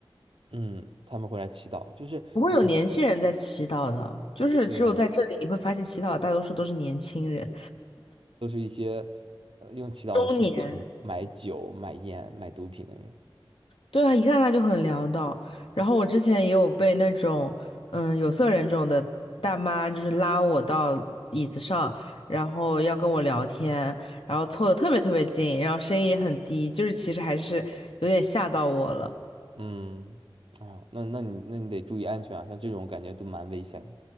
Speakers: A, on the right (about 80°); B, on the left (about 75°).
A: 嗯，他们会来祈祷，就是我们
B: 不会有年轻人在祈祷的，就是只有在这里你会发现祈祷的大多数都是年轻人、
A: 对啊，都是一些呃用祈祷的钱去买酒、
B: 中年。
A: 买烟、买毒品的人。
B: 对啊，一看他就很潦倒。然后我之前也有被那种嗯有色人种的大妈，就是拉我到椅子上，然后要跟我聊天，然后凑得特别特别近，然后声音也很低，就是其实还是有点吓到我了。
A: 嗯，啊，那那你那你得注意安全啊，像这种感觉都蛮危险的。